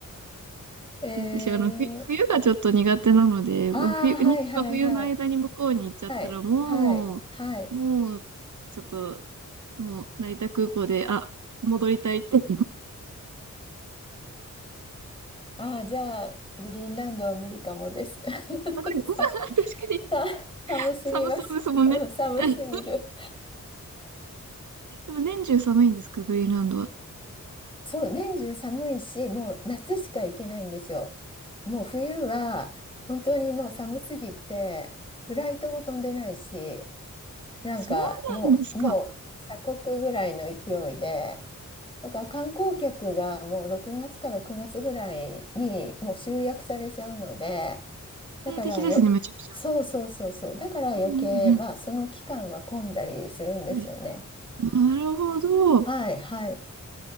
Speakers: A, on the left; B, on the right.
A: え
B: 私、あの、ふ冬がちょっと苦手なので、
A: ー、ああ、
B: 冬、
A: はい、
B: 日本が冬の間に向こうに行っちゃったら、
A: はい、はい。はい、
B: も
A: はい、はい。
B: う、もう、ちょっと、もう、成田空港で、あ、戻りたいって。
A: ああ、じゃあ、グリーンランドは無理かもです。<laughs>
B: <laughs> 確かに、
A: さ、さ、寒すぎます。
B: 寒そうですもんね。
A: うん、寒すぎる。
B: はい。でも、年中寒いんですか、グリーンランドは。
A: そう、年中寒いし、もう夏しか行けないんですよ。もう冬は、本当にもう寒すぎて、フライトも飛んでないし、なんかもう、
B: そうなんですか。
A: もう鎖国ぐらいの勢いで、だから観光客がもう6月から9月ぐらいにもう集約されちゃうので、だからよ、
B: 定的ですね、めちゃくちゃ。
A: そうそうそうそう。だから余計、
B: うんうん
A: まあ、その期間は混んだりするんですよね。
B: うん。はい。なるほど。
A: はい、はい、